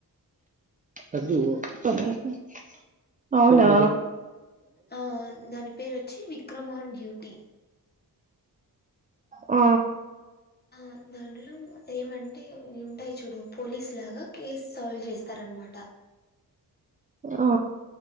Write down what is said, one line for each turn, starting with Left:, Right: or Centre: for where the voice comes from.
Right: <inaudible> అవునా
Left: ఆ దాని పేరు వచ్చి విక్రమ్ ఆన్ డ్యూటీ
Right: ఆ
Left: ఆ దండలో ఏమంటే ఇవి ఉంటాయి చూడు పోలీసు లాగా కేస్ సాల్వ్ చేస్ స్తారన్నమాట
Right: ఆ